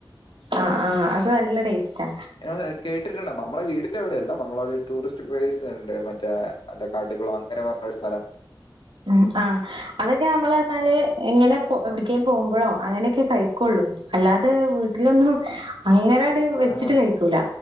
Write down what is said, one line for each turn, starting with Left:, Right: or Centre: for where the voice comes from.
Right: ആഹ് ആഹ് അത് നല്ല ടേസ്റ്റാ.
Left: ഞ കേട്ടിട്ടുണ്ട നമ്മളെ വീടിന്റെവിടെയല്ല നമ്മള ഒരു ടൂറിസ്റ്റ് പ്ലേസ് ഉണ്ട് മറ്റേ എന്താ കാട്ട്കുളം അങ്ങനെ പറഞ്ഞ ഒരു സ്ഥലം.
Right: ഉം ആഹ്. അതൊക്കെ നമ്മള് പറഞ്ഞാല് എങ്ങനെപൊ എവിടക്കേ പോകുമ്പോഴോ അങ്ങനെയൊക്കെ കഴിക്കുള്ളൂ. അല്ലാതെ വീട്ടിലൊന്നും അങ്ങനെ വെച്ചിട്ട്
Left: ആ,
Right: കഴിക്കൂല